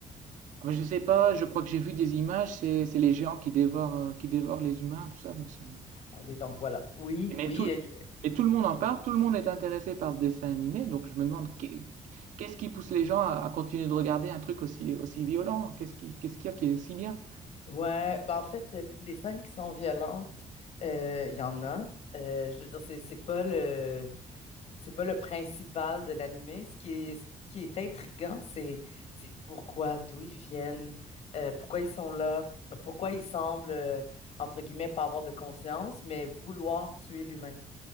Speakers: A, on the right; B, on the left.
A: Mais je sais pas, je crois que j'ai vu des images, c'est c'est les géants qui dévorent, euh, qui dévorent les humains, tout ça. bon, ça me-
B: Ah oui, donc voilà. Oui,
A: Mais
B: oui.
A: tout, mais tout le monde en parle,
B: euh, <clears throat>
A: tout le monde est intéressé par ce dessin animé, donc je me demande qu'est- qu'est-ce qui pousse les gens à, à continuer de regarder un truc aussi, aussi violent? Qu'est-ce qui, qu'est-ce qu'il y a qui est si bien?
B: Ouais, ben en fait, euh, les scènes qui sont violentes, euh, il y en a. Euh, je veux dire, c'est c'est pas le, C'est pas le principal de l'animé. Ce qui est, ce qui est intriguant, c'est c'est pourquoi, d'où ils viennent, euh, pourquoi ils sont là, pourquoi ils semblent, euh, entre guillemets, pas avoir de conscience, mais vouloir tuer l'humain.